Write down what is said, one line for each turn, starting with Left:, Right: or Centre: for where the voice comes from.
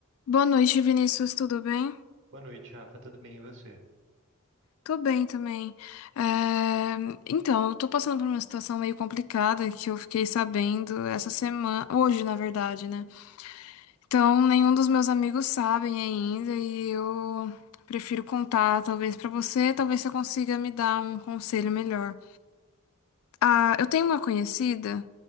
Left: Boa noite, Vinícius, tudo bem?
Right: Boa noite, Rafa. Tudo bem e você?
Left: Tô bem também. É, Então, eu tô passando por uma situação meio complicada que eu fiquei sabendo essa semana, hoje, na verdade, né? Então, nenhum dos meus amigos sabem ainda e eu prefiro contar, talvez pra você, talvez você consiga me dar um conselho melhor. Ah, eu tenho uma conhecida